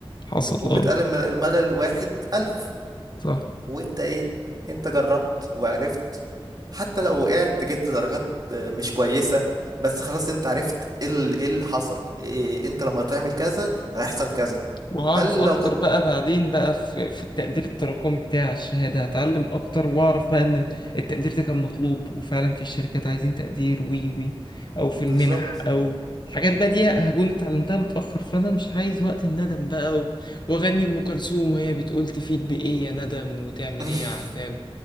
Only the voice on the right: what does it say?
وبتقال
الم- بدل الواحد ألف
وانت ايه انت جربت وعرفت حتى لو وقعت جبت درجات مش كويسة بس خلاص انت عرفت ايه ال- ايه اللي حصل إيه انت لما تعمل كذا هيحصل كذا
هل
لو كنت
بالظبط
<laughs>